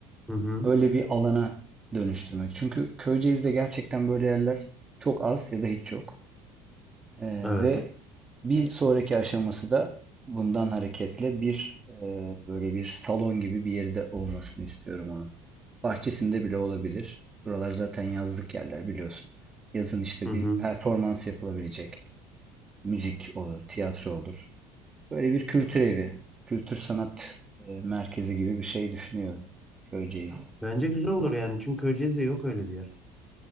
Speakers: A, in the centre; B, on the right (about 20°).
A: Hı hı.
B: öyle bir alana dönüştürmek. Çünkü Köyceğiz'de gerçekten böyle yerler çok az ya da hiç yok. Ee,
A: Evet.
B: ve bir sonraki aşaması da bundan hareketle bir e, böyle bir salon gibi bir yerde olmasını istiyorum onun. Bahçesinde bile olabilir. Buralar zaten yazlık yerler biliyorsun. Yazın işte
A: Hı hı.
B: bir performans yapılabilecek. Müzik olur, tiyatro olur. Böyle bir kültür evi, kültür sanat e, merkezi gibi bir şey düşünüyorum Köyceğiz'de.
A: Bence güzel olur yani. Çünkü Köyceğiz'de yok öyle bir yer.